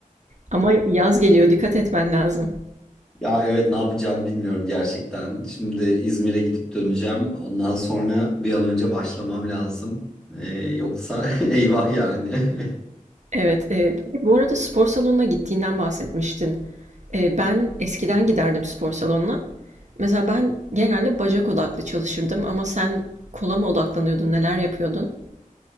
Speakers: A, on the right; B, in the centre.
A: Ama yaz geliyor, dikkat etmen lazım.
B: Ya evet ne yapacağımı bilmiyorum gerçekten. Şimdi İzmir'e gidip döneceğim. Ondan sonra bir an önce başlamam lazım. Ee, yoksa <laughs> eyvah yani. <laughs>
A: Evet, eee, peki bu arada spor salonuna gittiğinden bahsetmiştin. Eee, ben eskiden giderdim spor salonuna. Mesela ben genelde bacak odaklı çalışırdım ama sen kola mı odaklanıyordun, neler yapıyordun?